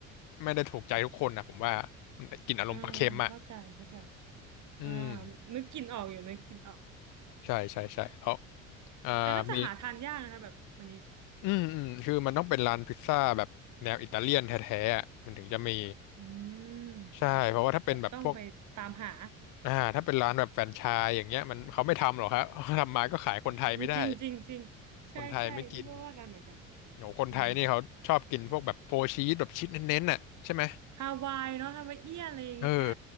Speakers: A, on the left; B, on the right.
A: ไม่ได้ถูกใจทุกคนนะผมว่ามันกินอารมณ์ปลาเค็มอ่ะ
B: อืมเข้าใจเข้าใจ
A: อืม
B: อ่านึกกินออกอยู่นึกกินออก
A: ใช่ใช่ใช่แล้วอ่ามี
B: แต่น่าจะหาทานยากนะคะแบบวันนี้
A: อืมอืมคือมันต้องเป็นร้านพิซซ่าแบบแนวอิตาเลียนแท้ๆอะมันถึงจะมี
B: อืม
A: ใช่เพราะว่าถ้าเป็นแบบพวก
B: โหแบบแบบต้องไปตามหา
A: อ่าถ้าเป็นร้านแบบแฟรนไชส์อย่างเงี้ยมันเขาไม่ทำหรอกครับ <laughs> ทำมาก็ขายคนไทยไม่ได้
B: อืมจริงจริงจริงใช่ใช่นี่ก็ว่ากันเหมือนกัน
A: คนไทยไม่กินโหคนไทยนี่เขาชอบกินพวกแบบโฟร์ชีสแบบชีสเน้นๆน่ะใช่ไหม
B: อืมฮาวายเนาะฮาวายเอี้ยนอะไรอย่างเงี้ย
A: เออ